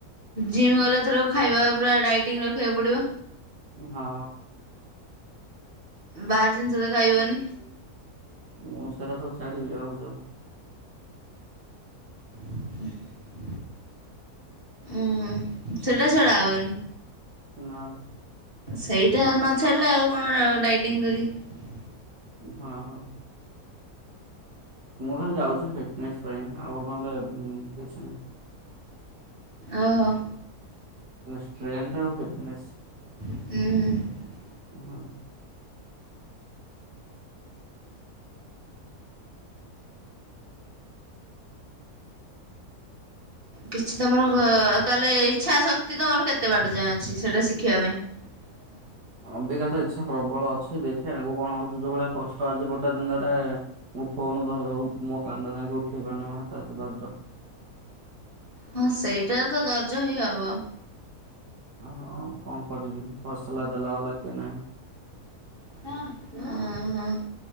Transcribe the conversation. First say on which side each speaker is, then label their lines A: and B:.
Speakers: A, on the right; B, on the right.
A: ଜିମ୍ ଗଲେ ଏଥର ଖାଇବା ପୁରା ଡାଇଟିଂ ରଖିବାକୁ ପଡିବ।
B: ହଁ।
A: ବାହାର ଜିନିଷ ତ ଖାଇବନି।
B: ମୁଁ ସେରା ସବୁ ଛାଡିବି ଭାବୁଛ।
A: <unintelligible> ଉୁଁ ସେଟାଛଡା ହବନି।
B: ନାଁମ
A: ସେଇଟା ନଛାଡିଲେ ଆଉ କଣ ଡାଇଟିଂ କରିକି
B: ହଁ ହଁ। ମୁଁ ଖାଲି ଯାଉଛି ଫିଟନେସ୍ ପାଇଁ ଆଉ ନହଲେ କିଛି ନାହିଁ।
A: ଓହୋ।
B: ସ୍ଟେନ୍ରଥ ଆଉ ଫିଟନେସ
A: ହଁ।
B: ହଁ।
A: କିଛି ତମର ତାହେଲେ ଇଚ୍ଛା ଶକ୍ତି ତମର କେତେ ବାଟ ଯାଏଁ ଅଛି, ସେଇଟା ଶିଖିବା ପାଇଁ। ହଁ।
B: ଅବିକାତ ଇଚ୍ଛା ପ୍ରବଳ ଅଛି, ଦେଖିଆ ଆଗକୁ କଣ ହଉଛି, ଯୋଉ ଭଳିଆ କଷ୍ଟ ଆଜି ଗୋଟେ ଦିନରେ ମୁଁ କଣ ଧରଉ ମୋ କାନ୍ଧ ଯାନଙ୍କ ଉଠେଇ ପାରୁନି ମୋ ହାତ ହାତ ଦରଜ
A: ହଁ ସେଇଟା ତ ଦର୍ଜ ହିଁ ହବ।
B: ହ କଣ କରିବି ହୋସଲା ଦେଲା ବାଲା କିଏ ନାହିଁ?
A: ଓ ହୋ।